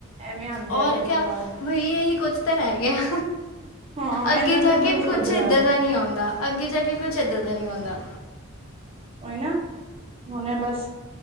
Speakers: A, on the right; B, on the left.
A: ਐਵੇਂ ਆਂਦੇ
B: ਔਰ
A: ਆ ਕਦੀ
B: ਕਿਆ
A: ਕਵਾਰ
B: ਬਈ ਇਹੀ ਕੁਛ ਤਾਂ ਰਹਿ ਗਿਆ।
A: ਹਾਂ
B: ਅੱਗੇ
A: ਇਹਨਾਂ
B: ਜਾ
A: ਨੂੰ ਹੀ ਪ੍ਰੂਫ
B: ਕੇ ਕੁਛ
A: ਕਰਦੇ
B: ਇੱਦਾਂ
A: ਰਹਿ ਉਹ
B: ਦਾ ਨਈ ਆਉਂਦਾ, ਅੱਗੇ ਜਾ ਕੇ ਕੁਛ ਦਾ ਨੀ ਆਉਂਦਾ
A: ਓ ਈ ਨਾ ਹੁੰਨੇ ਬਸ